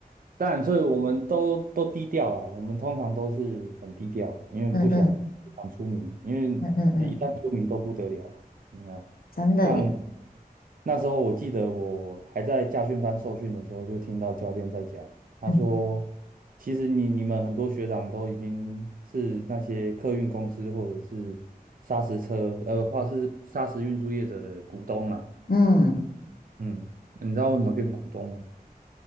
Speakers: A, on the right; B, on the left.
A: 当然，所以我们都都低调啦。我们通常都是很低调，因为不想不想出名，
B: 嗯嗯
A: 因为
B: 嗯嗯嗯，
A: 一旦出名都不得了。你看，
B: 真的耶，
A: 像那时候我记得我还在驾训班受训的时候，就听到教练在讲，他说，
B: 嗯
A: 其实你你们很多学长都已经是那些客运公司或者是砂石车，呃，或是砂石运输业者的股东啊。
B: 嗯，
A: 嗯，你知道为什么变股东吗？